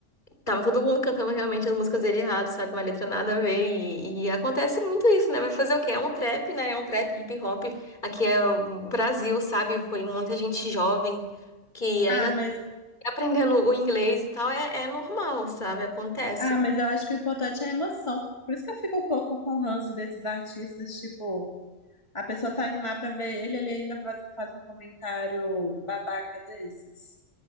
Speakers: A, on the left; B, on the left.
A: tava todo mundo cantando realmente as músicas dele errado, sabe? Uma letra nada a ver. E, e acontece muito isso, né? Vai fazer o quê? É um trap, né? É um trap hip hop. Aqui é o Brasil, sabe? Foi muita gente jovem que ainda
B: Ah, mas,
A: tá aprendendo o inglês e tal. É, é normal, sabe? Acontece.
B: ah, mas eu acho que o importante é a emoção. Por isso que eu fico um pouco com ranço desses artistas, tipo, a pessoa tá indo lá pra ver ele, ele ainda faz, faz um comentário babaca desses.